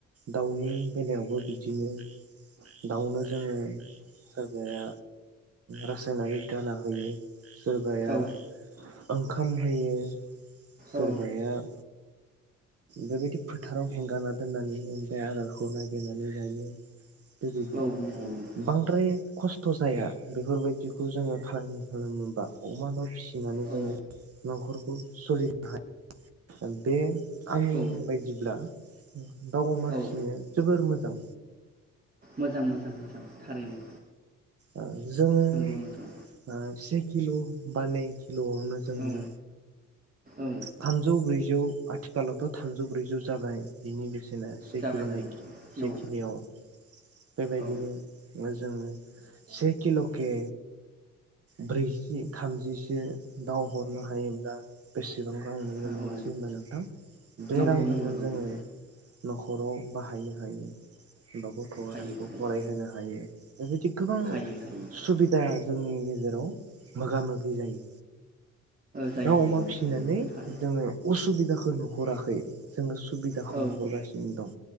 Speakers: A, on the right; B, on the right.
A: दाउनि बेलायावबो बिदिनो दाउनो जोङो सोरबाया रासायनारिक दाना होयो। सोरबाया
B: औ
A: ओंखाम होयो सोरबाया
B: औ
A: <inaudible> बेबायदि फोथाराव हेंगारना दोननानैनो ओमफाय आदारखौ नागिरनानै जायो। बुजिदो
B: नंगौ नंगौ
A: बांद्राय खस्थजाया बेफोरबायदिखौ जोङो फालांगि खालामोबा अमा दाउ फिसिनानै
B: औ
A: जोङो नखरखौ सलिनो हायो बे आंनि
B: औ
A: बायदिब्ला उम दाव अमा
B: औ
A: फिसिनाया जोबोर मोज औ
B: मोजां मोजां थारैनो
A: ओं जोङो
B: नंगौ नोंथां
A: ओ से किल बा नै कि लआवनो जोङो
B: औ औ
A: थामजौ ब्रै जौ आथिखालावथ थामजौ ब्रैजौ जाबाय बिनि बेसे बेसेना से
B: जाबाय
A: किल
B: जाबाय
A: नै कि बेखिनियाव
B: औ
A: बेबायदिनो
B: औ
A: मोज जोङो से किल के ब्रैजि थामजिसो दाव हरनो हायोब्ला बेसेबां रां मोनगोन
B: हा
A: नङासै
B: औ
A: होनबा नोंथां बे
B: नंगौ
A: रांजोंनो
B: नंगौ नंगौ
A: जोङो न'खराव बाहायनो हायो उमबाब ग अ आ
B: हायो
A: थाखो
B: हायो
A: फरायहोनो हायो। बेहे थिक गोबां
B: हायो हायो
A: सुबिदा जोंनि गेज जेराव मोगा मोगि जायो।
B: जायो
A: दाउ,
B: जायो
A: अमा
B: नोंथां
A: फिसिनानै
B: थारैनो
A: जोङो उसुबिदाख खौ नुहराखै जोङो सु सुबिदाखौ
B: औ
A: नुहरगासिनो दं